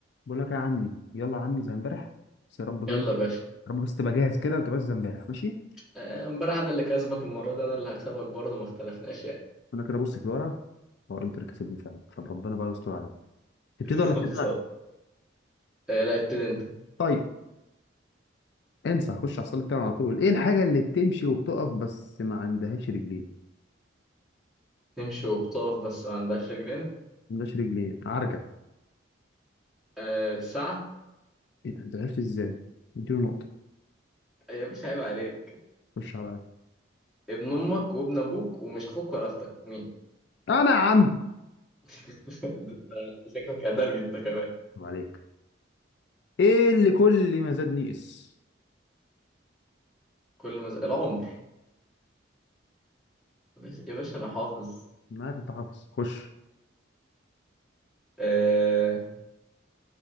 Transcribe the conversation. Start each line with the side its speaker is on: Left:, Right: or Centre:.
Left: بقول لك يا عمي يلا يا عمي زي امبارح بس يا رب
Centre: يلا
Left: جاي يا
Centre: يا باشا
Left: رب بس تبقى جاهز كده وتبقى زي امبارح ماشي
Centre: آه، امبارح انا اللي كسبك المره دي انا اللي هكسبك برضه ما اختلفناش يعني
Left: انا كده بص في الورقه اه انتر كسبني فعلا طب ربنا بقى يستر عليك تبتدي
Centre: <laughs> خلصان
Left: ولا ابتدي انا
Centre: آه، لا ابتدي انت
Left: طيب انسى خش على الصليب بتاعنا على طول ايه الحاجه اللي بتمشي وبتقف بس ما عندهاش رجلين
Centre: تمشي وبتقف بس ما عندهاش رجلين
Left: ما عندهاش رجلين عرجل
Centre: أه ساعه
Left: ايه ده انت عرفت ازاي اديله نقطه
Centre: يا باشا عيب عليك
Left: خش عليا
Centre: ابن امك وابن ابوك ومش اخوك ولا اختك مين
Left: انا يا عم
Centre: <laughs> ده انت أنت شكلك ادرج انت كمان
Left: طب عليك ايه اللي كل ما زاد نقص
Centre: كل ما ز- العمر بس يا باشا انا حافظ
Left: انا عارف انت حافظ خش
Centre: أه